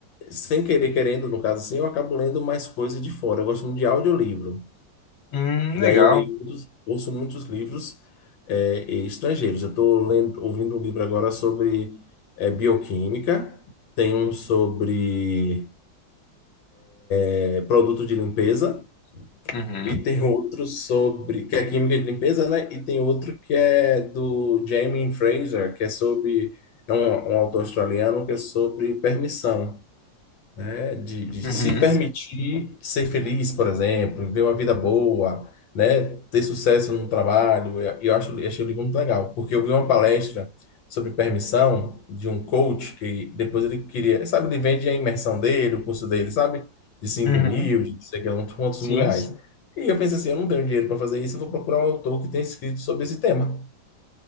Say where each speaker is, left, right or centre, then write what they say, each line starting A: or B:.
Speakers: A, on the left (about 75°); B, on the left (about 50°).
A: Sem querer, querendo, no caso assim, eu acabo lendo mais coisas de fora. Eu gosto muito de audiolivro.
B: Hum,
A: E
B: legal.
A: aí eu leio muitos, ouço muitos livros eh, estrangeiros. Eu estou lendo, ouvindo um livro agora sobre eh, bioquímica, tem um sobre é, produtos de limpeza,
B: Uhum.
A: e tem outro sobre, que é química de limpeza, né? E tem outro que é do Jamie Fraser, que é sobre, é um, um autor australiano, que é sobre permissão né? De, de
B: Uhum.
A: se permitir ser feliz, por exemplo, viver uma vida boa, né? Ter sucesso no trabalho. E Eu, eu acho, eu achei o livro muito legal, porque eu vi uma palestra sobre permissão de um coach que depois ele queria, sabe, ele vende a imersão dele, o curso dele, sabe? De cinco
B: Uhum.
A: mil, de não sei o que, quantos quantos
B: Sim,
A: mil reais.
B: sim.
A: E eu pensei assim, eu não tenho dinheiro para fazer isso, eu vou procurar um autor que tenha escrito sobre esse tema.